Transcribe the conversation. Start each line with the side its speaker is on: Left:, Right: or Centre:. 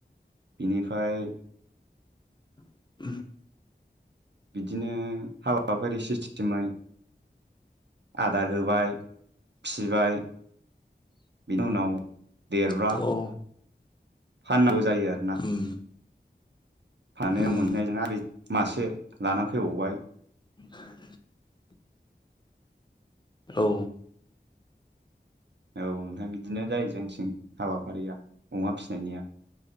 Right: बिनिफाय
Left: उ <unintelligible>
Right: बिदिनो हाबााफारि सिस्टेमै आदार होबाय फिसिबाय बेनि उनाव देरब्रा
Left: अ
Right: फाननांगौ जायो आरोना
Left: उम
Right: फाननायजों
Left: उम
Right: मोन्नायजों आरिजों मासे लाना फैबावबाय
Left: <inaudible> औ
Right: औ नोंथां बिदिनो जायो जोंथिं हाबाफारिया अमा फिसिनायनिया